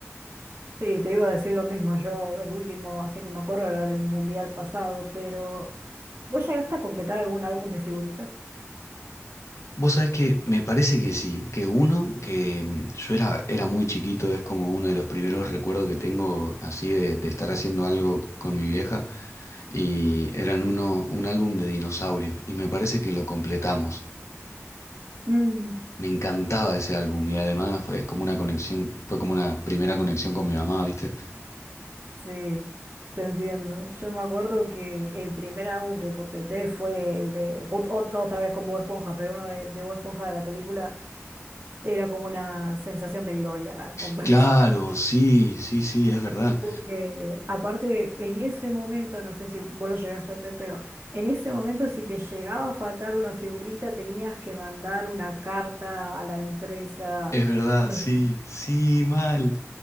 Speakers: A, on the right; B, on the left.
A: Sí, te iba a decir lo mismo. Yo, el último, así que me acuerdo, era del mundial pasado, pero ¿vos llegaste a completar algún álbum de figuritas?
B: Vos sabés que me parece que sí, que uno, que mm, yo era, era muy chiquito, es como uno de los primeros recuerdos que tengo así de, de estar haciendo algo con mi vieja, y eran uno, un álbum de dinosaurios, y me parece que lo completamos.
A: Mm,
B: Me encantaba
A: yo
B: ese álbum, y además fue, es como una conexión, fue como una primera conexión con mi mamá, ¿viste?
A: sí, te entiendo. Yo me acuerdo que el primer álbum que completé fue el de jut- ot- otra vez con Bob Esponja, pero uno de, de Bob Esponja de la película era como una sensación de gloria. ah, con- <laughs>
B: Claro, sí, sí, sí, es verdad,
A: Porque aparte, en ese momento, no sé si vos lo llegaste a hacer, pero en ese momento si te llegaba a faltar una figurita, tenías que mandar una carta a la empresa.
B: es verdad,
A: No
B: sí,
A: sé,
B: sí, mal.